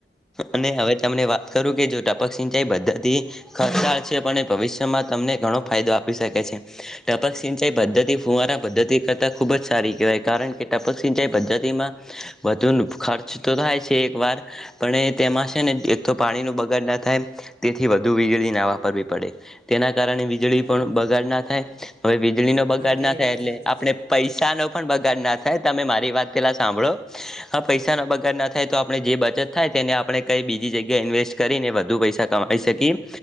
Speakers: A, on the right (about 35°); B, in the centre.
A: હા
B: અને હવે તમને વાત કરું કે જો ટપક સિંચાઈ બદ્ધતિ ખચળ છે
A: હા
B: પણ ભવિષ્ય માં તમને ઘણો ફાયદો આપી શકે છે. ટપક સિંચાઈ પદ્ધતિ ફૂવારા પદ્ધતિ કરતાં ખૂબ જ સારી કહેવાય કારણ કે ટપક સિંચાઈ પદ્ધતિમાં. વધુ ખર્ચ તો થાય છે એક વાર પણ એ તેમાં છે ને તો પાણી ન બગાડ ના થાય તેથી વધુ વીજળી ના વાપરવી પડે તેના કારણે
A: હા
B: વીજળી
A: હા
B: પણ બગાડ ના થાય હવે વીજળીનો
A: તમારે
B: બગાડ
A: કઈ
B: ના થાય
A: વાત
B: એટલે
A: સાચી
B: આપણે.
A: છે
B: પૈસા નો પણ બગાડ ના થાય તમે મારી વાત પેલા સાંભળો. હા પૈસા ના બગાર ના થાય તો આપણે જે બચત થાય તેને આપણે કઈ બીજી જગ્યા જ્યા ઇન્વેસ્ટ કરીને વધુ પૈસા કમાવી શકીએ